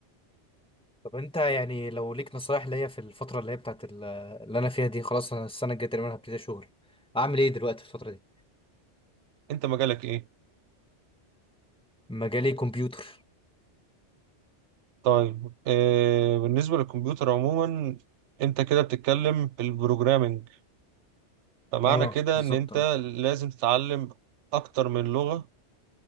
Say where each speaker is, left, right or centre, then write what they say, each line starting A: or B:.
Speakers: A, in the centre; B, on the right.
A: طب انت يعني لو ليك نصايح ليا في الفترة اللي هي بتاعت ال- اللي انا فيها دي خلاص انا السنة الجاية تقريبا هبتدي شغل اعمل ايه دلوقتي في الفترة دي
B: انت مجالك إيه؟
A: مجالي كمبيوتر
B: طيب آه بالنسبة للكمبيوتر عموما انت كده بتتكلم بالبروجرامينج فمعنى
A: اه
B: كده
A: بالظبط
B: ان انت
A: اه
B: لازم تتعلم اكتر من لغة